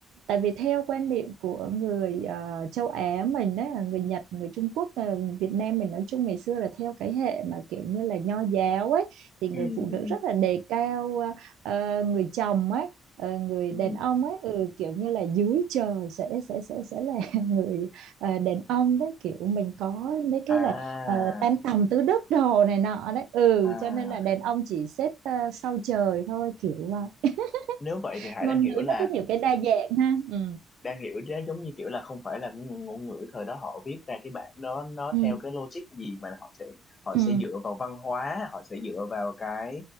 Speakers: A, on the right; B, on the left.
A: tại vì theo quan niệm của người ờ, châu Á mình đấy là người Nhật người Trung Quốc ờ, Việt Nam mình nói chung ngày xưa là theo cái hệ mà kiểu như là nho giáo ấy thì người
B: ừ,
A: phụ
B: ừ.
A: nữ rất là đề cao ờ, ờ, người chồng ấy ờ, người
B: ừ.
A: đàn ông ấy ừ, kiểu như là dưới trời sẽ sẽ sẽ sẽ là <laughs> người ờ, đàn ông đấy kiểu mình có mấy cái
B: à
A: là ờ, tam tòng tứ đức đồ này nọ đấy ừ
B: à
A: cho nên là đàn ông chỉ xếp ờ, sau trời thôi kiểu vậy
B: nếu vậy thì Hải
A: ngôn
B: đang hiểu
A: ngữ
B: là
A: nó có nhiều cái đa dạng ha ừ
B: đang hiểu chứ giống như kiểu là không phải là cái ngôn ngôn ngữ thời đó họ viết ra cái bản đó nó
A: Ừ.
B: theo cái logic gì mà họ sẽ họ
A: Ừ.
B: sẽ dựa vào văn hóa họ sẽ dựa vào cái